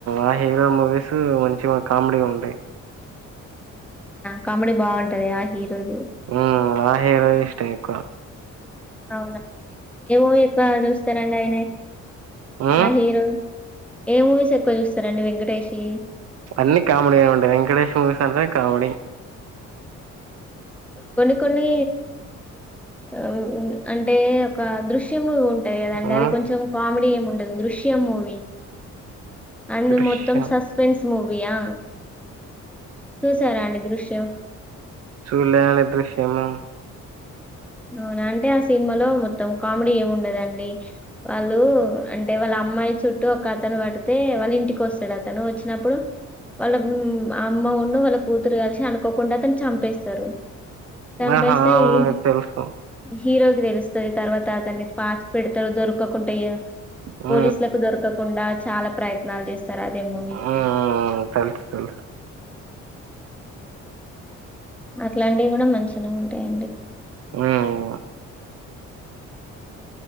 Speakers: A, on the right; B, in the centre.
A: ఆ హీరో మూవీస్ మంచిగా కామెడీగా ఉంటాయి.
B: కామెడీ బాగుంటది ఆ హీరోది
A: ఉ ఆ హీరో యే ఇష్టం ఎక్కువ
B: అవునా ఏమో ఎక్కువ చూస్తారండి. ఆయన
A: ఉమ్,
B: ఆ హీరో ఏ మూవీస్ ఎక్కువ చూస్తారండి. వెంకటేష్ వి
A: అన్ని కామెడీ గా ఉంటాయి వెంకటేష్ ముూవీస్ అంటే కామెడీ
B: కొన్ని కొన్ని అహ్ అంటే ఒక దృశ దృశ్య మూవీ ఉంటది కదాండి
A: ఉమ్,
B: అది కొంచెం కామెడీ ఏమి ఉండదు దృశ్యము మూవీ అన్నీ
A: దృశ్యం
B: మొత్తం సస్పెన్స్ మూవీయా చూసారా అండి మొత్తం
A: చూడాలే అండి దృశ్యము
B: అవునా అంటే ఆ సినిమాలో మొత్తం కామెడీ ఏమి ఉండదండి వాళ్ళు అంటే వాళ్ళ అమ్మాయి చుట్టూ ఒక అతను పడితే వాళ్ళ ఇంటికి వస్తాడు అతను ఓచ్చినప్పుడు వాళ్ళ అమ్మ ఉన్ను వాళ్ళ కూతురు కలిసి అనుకోకుండా అతన్నీ చంపేస్తారు సంపేస్తా
A: ఆహా ఆ మూవీ
B: ఇ
A: తెలుసు
B: హీరోకి తెలుస్తది తర్వాత అతన్ని పాతీ పెడతారు దొరక ఇగ
A: ఆ
B: పోలీసులకు దొరకకుండా చాలా ప్రయత్నాలు చేస్త రూ ఆదే మూవి
A: ఆ తెలుసు తెలుసు
B: అట్లాంటివి గూడా మంచిగనే ఉంటాయండి.
A: వా ఉవా